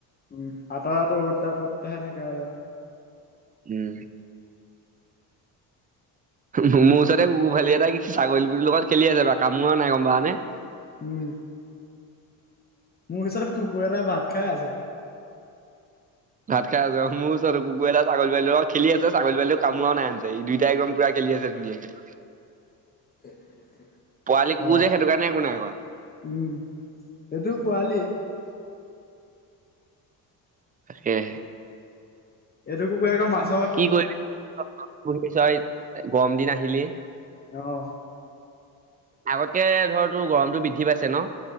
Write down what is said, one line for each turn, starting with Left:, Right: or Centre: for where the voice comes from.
Left: উম, আতৰা-আতো অ'ত এটা ত'ত এটাহে থাকে আৰু ইয়াত।
Right: উম। মোৰ ওচৰতে কুকুৰ পোৱালি এটাই ছাগলী <unintelligible> টো লগত খেলি আছে কামোৰা নাই গম পানে?
Left: উম। মোৰ ওচৰত কুকুৰ এটাই ভাত খাই আছে।
Right: ভাত খাই আছে। মোৰ ওচৰত কুকুৰ এটা ক' ছাগলী পোৱালি এটা খেলি আছে। ছাগলী পোৱালি কামোৱা নাই আনজাই। দুইটাই একদম পুৰা খে খেলি আছে ধুনীয়াকে।
Left: <inaudible>
Right: পোৱালি কুকুৰ
Left: অ',
Right: যে, সেইটো কাৰণে একো নাই কৰা।
Left: উম এইটো পোৱালিয়ে।
Right: সেয়ে।
Left: এইটো কুকুৰে আকৌ মাছ
Right: কি কৰিলি? <unintelligible> গৰম দিন আহিলেই।
Left: অ'
Right: আগতকে ধৰ তোৰ গৰমটো বৃদ্ধি পাইছে ন?